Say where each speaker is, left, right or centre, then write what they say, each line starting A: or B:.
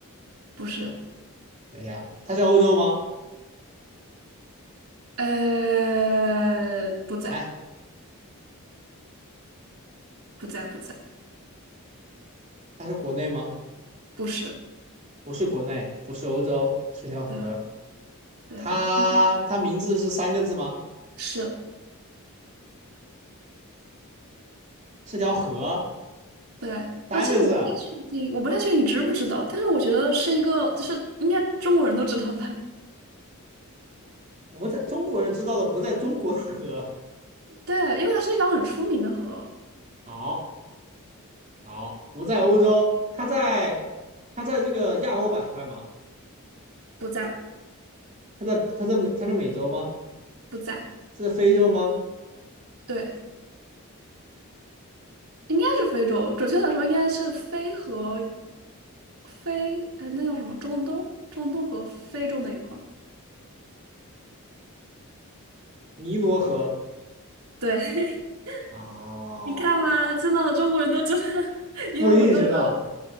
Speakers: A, on the right; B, on the right.
A: 不是，
B: 等一下，它是欧洲吗？
A: 呃，不在，
B: 哎，
A: 不在，不在，
B: 它是国内吗？
A: 不是，
B: 不是国内，不是欧洲，是条河。
A: 对，对，
B: 它它名字是三个字吗？
A: 嗯是，
B: 是条河，
A: 对，
B: 三个字。
A: 啊，其实我不太确定，我不太确定你知不知道，但是我觉得是一个，就是应该中国人都知道吧？
B: 我在中国人知道的不在中国的河。
A: 对，因为它是一条很出名的河，
B: 好，好，不在欧洲，它在它在这个亚欧板块吗？
A: 不在，
B: 它在它在美它在美洲吗？
A: 不在，
B: 它在非洲吗？
A: 对，应该是非洲，准确的说应该是非和非，呃，那叫什么？中东，中东和非洲那一块儿。
B: 尼罗河。
A: 对，
B: 哦，
A: <laughs> 你看嘛，真的中国人都知道，<laughs> 因为我们都是。
B: 不一定知道。